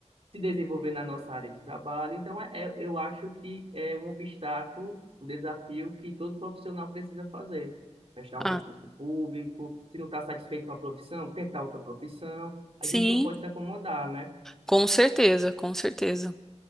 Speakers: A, on the right (about 55°); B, in the centre.
A: se desenvolver na nossa área de trabalho. Então, é, é- eu acho que é um obstáculo, um desafio que todo profissional precisa fazer. Prestar um
B: Ah,
A: concurso público, se não está satisfeito com a profissão, tentar outra profissão. A
B: sim,
A: gente não pode se acomodar, né?
B: com certeza, com certeza.